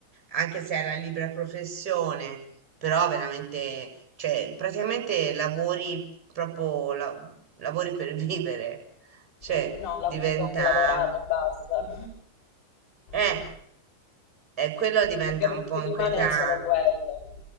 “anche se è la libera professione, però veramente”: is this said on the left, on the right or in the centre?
Right